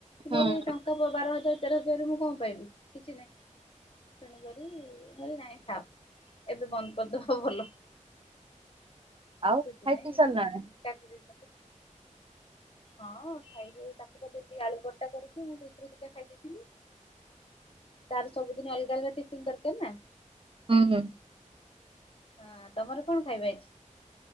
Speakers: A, on the right; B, on the left.
A: ହୁଁ
B: ମୋର ଏଇ ଟଙ୍କା ପ ବାର ହଜାର ତେର ହଜାର ମୁଁ କଣ ପାଇବି କିଛି ନାହିଁ। ତେଣୁ କରି-ଇ-ଇ ମୁଁ କଇଲି ନାଇଁ ଥାଉ ଏବେ ବନ୍ଦ କରିଦବା ଭଲ।
A: ଆଉ
B: ସେଥିପାଇଁ
A: ଖାଇ ପିଇ ସାରିଲଣି?
B: କାଟି ଦେଇ
A: <inaudible>
B: ହଁ ଖାଇ ତାକୁ ତ ଦେଲି ଆଳୁ ପର୍ଟା କରିକି ମୁଁ ସେଇଥିରୁ ଦିଟା ଖାଇଦେଇଥିଲି ତାର ସବୁଦିନ ଅଲଗା ଅଲଗା ଟିଫିନ ଦରକାର ନା।
A: ହୁଁ ହୁଁ।
B: ହଁ ତମର କଣ ଖାଇବା ହେଇଚି।